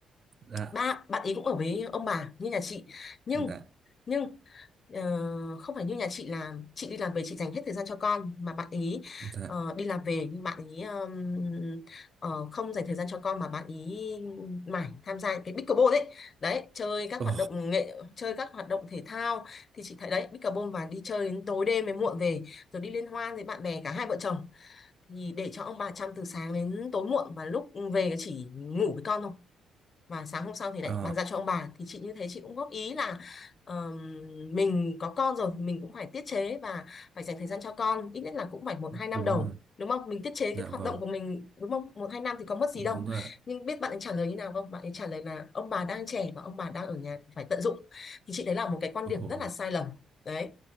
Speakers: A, on the right; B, on the left.
A: dạ
B: ba bạn ấy cũng ở với ông bà như nhà chị nhưng
A: dạ
B: nhưng ờ, không phải như nhà chị là chị đi làm về chị dành hết thời gian cho con mà bạn ý
A: dạ
B: ờ, đi làm về nhưng bạn ý ờm, ờ, không dành thời gian cho con mà bạn ý mải tham gia những cái pickleball đấy đấy chơi các
A: ồ
B: hoạt động nghệ chơi các hoạt động thể thao thì chị thấy đấy pickleball và đi chơi đến tối đêm mới muộn về rồi đi liên hoan với bạn bè cả hai vợ chồng thì để cho ông bà chăm từ sáng đến tối muộn và lúc về chỉ ngủ với con thôi và sáng hôm sau thì lại
A: ờ
B: bàn giao cho ông bà thì chị như thế chị cũng góp ý là ờm, mình có con rồi thì mình cũng phải tiết chế và phải dành thời gian cho con ít nhất là cũng phải một hai năm
A: đúng
B: đầu
A: rồi
B: đúng không mình tiết chế
A: dạ
B: cái hoạt
A: vâng
B: động của mình đúng không một hai năm thì có mất gì
A: đúng
B: đâu
A: rồi
B: nhưng biết bạn ấy trả lời như nào không bạn ấy trả lời là ông bà đang trẻ và ông bà đang ở nhà thì phải tận dụng thì chị đấy là một cái quan
A: ồ
B: điểm rất là sai lầm đấy